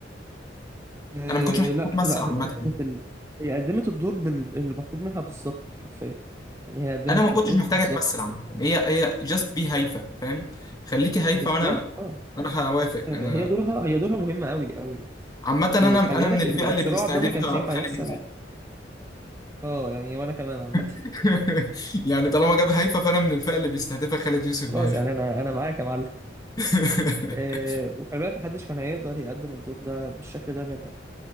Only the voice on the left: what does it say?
انا ما كنتش محتاج
اتمثل
عامة
انا ما كنتش
محتاج
اتمثل عامه هي هي جاست بي هايفه فاهم خليكي هايفه
وانا
انا هوافق
انا
عامه انا
انا
من الفئه
اللي
بيستهدفها
خالد
يوسف
<laughs>
يعني طالما جاب هايفه فانا من الفئه اللي بيستهدفها خالد يوسف بهايفه
<laughs>